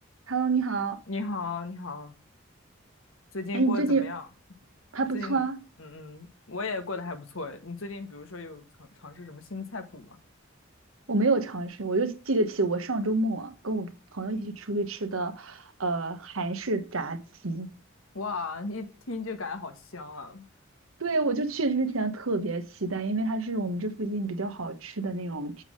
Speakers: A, on the right; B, on the left.
A: Hello，你好。
B: 你好，你好，最近过得怎么样？
A: 哎，你最近还不错啊。
B: 最近，嗯嗯，我也过得还不错诶。你最近比如说有尝尝试什么新菜谱吗？
A: 我没有尝试，我就记得起我上周末啊跟我朋友一起出去吃的，呃，韩式炸鸡。
B: 哇，一听就感觉好香啊！
A: 对，我就去之前特别期待，因为它是我们这附近比较好吃的那种